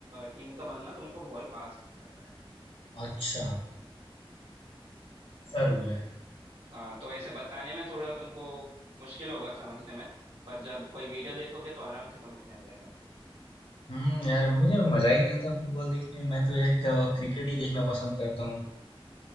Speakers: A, on the right (about 75°); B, on the left (about 70°).
A: टीम का बंदा तुमको बॉल पास कर रहा है
B: अच्छा ऐसा रूल है
A: हाँ तो ऐसे बताने में थोड़ा तुमको मुश्किल होगा समझने में पर जब कोई वीडियो देखोगे तो आराम से समझ में आ जाएगा
B: हम्म यार मुझे मजा ही नहीं आता फुटबॉल देखने में मैं तो यार क- क्रिकेट ही देखना पसंद करता हूँ